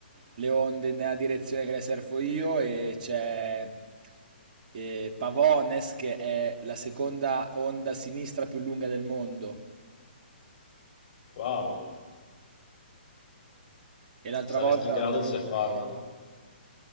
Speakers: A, on the right (about 45°); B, on the left (about 45°).
A: le onde nella direzione che le surfo io e c'è eh, Pavones che è la seconda onda a sinistra più lunga del mondo.
B: Wow,
A: E l'altra
B: saresti
A: volta...
B: in grado di surfarla?